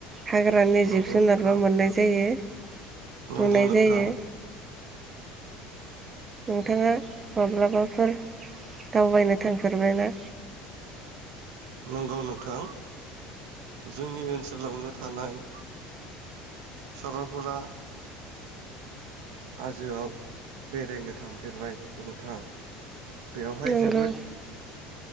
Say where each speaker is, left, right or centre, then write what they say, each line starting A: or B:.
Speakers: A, on the right (about 25°); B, on the right (about 80°).
A: हाग्रानि
B: नंगौ
A: जिब जुनाद
B: नोंथां
A: बो मोननाय जायो।
B: नंगौ
A: नुनाय
B: नोंथां।
A: जायो नोंथाङा माब्लाबाफोर दावबायनो थांफेरबायना?
B: नंगौ नोंथां जोंनि ओनसोलावनो थानाय सरलपारा हाजोआव बेरायनो थांफेरबाय नोंथां। बेवहाय
A: नंगौ
B: जोबोद